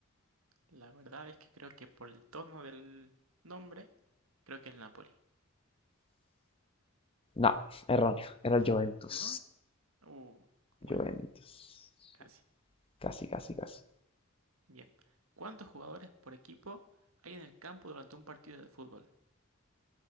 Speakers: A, on the right; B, on the left.
A: La verdad es que creo que por el tono del nombre, creo que es el Napoli.
B: No, erróneo, era el Juventus.
A: ¿No? Uh, bueno,
B: Juventus.
A: casi.
B: Casi, casi, casi.
A: Bien. ¿Cuántos jugadores por equipo hay en el campo durante un partido de fútbol?